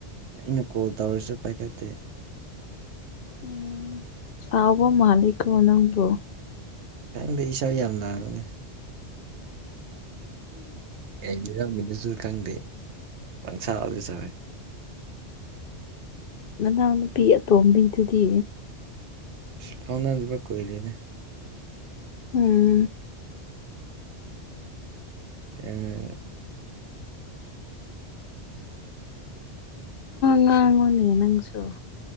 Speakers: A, on the right; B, on the left.
A: ꯑꯩꯅ ꯀꯣꯜ ꯇꯧꯔꯁꯨ ꯄꯥꯏꯈꯠꯇꯦ
B: ꯎꯝ ꯁꯥꯎꯕ ꯃꯥꯂꯤꯀꯣ ꯅꯪꯕꯣ
A: ꯈꯪꯗꯦ ꯏꯁꯥꯎ ꯌꯥꯝ ꯅꯥꯏꯅꯦ ꯀꯩꯕꯤꯔꯝꯃꯤꯅꯁꯨ ꯈꯪꯗꯦ ꯄꯪꯁꯥꯎꯗ ꯁꯥꯎꯋꯦ
B: ꯅꯅꯥꯎ ꯅꯨꯄꯤ ꯑꯇꯣꯝꯕꯤꯗꯨꯗꯤ
A: ꯁꯤ ꯐꯥꯎꯅꯗꯕ ꯀꯨꯏꯔꯦꯗ
B: ꯎꯝ
A: ꯑꯥ
B: ꯉꯥꯡꯉꯣꯅꯦ ꯅꯪꯁꯨ